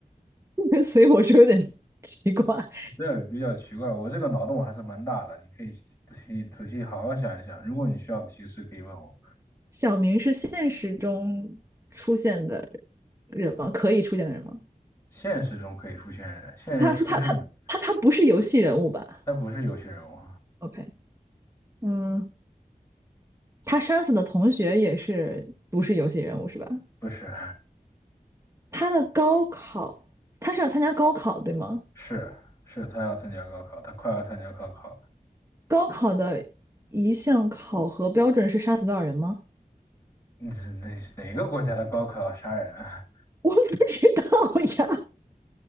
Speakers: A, on the right (about 20°); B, on the left (about 20°).
A: <laughs> 所以我说有点奇怪。
B: 这比较奇怪。我这个脑洞还是蛮大的，你可以仔细仔细好好想一想。如果你需要提示，可以问我。
A: 小明是现实中出现的人吗？可以出现的人吗？
B: 现实中可以出现人，现人出证，
A: 他是他他他他不是游戏人物吧
B: 他不是游戏人物，
A: ？OK，嗯，他杀死的同学也是不是游戏人物是吧？
B: 不是，
A: 他的高考，他是要参加高考对吗？
B: 是是，他要参加高考，他快要参加高考了。
A: 高考的一项考核标准是杀死多少人吗？
B: 你是哪哪个国家的高考要杀人啊？
A: <laughs> 我不知道呀，